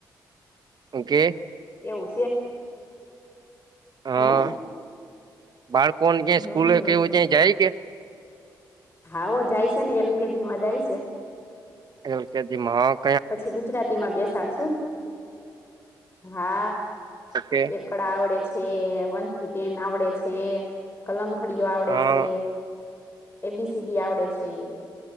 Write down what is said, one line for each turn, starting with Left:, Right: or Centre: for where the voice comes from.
Right: ઓકે
Left: એવું છે
Right: હા
Left: હે
Right: બાળકોને જે્યા
Left: હમ
Right: સ્કૂલે કેવું ત્યા જાય કે
Left: હાો જાય છે ને એલ કેજી માં જાય છે
Right: હલ કે દિમાખ
Left: પછી ગુજરાતી માં બેસાડશું હા
Right: ઓકે
Left: એક આકડા આવડે છે વન થી ટેન આવડે છે કલમ ખડીઓ આવડે
Right: હા
Left: છે એબીસીડી આવડે છે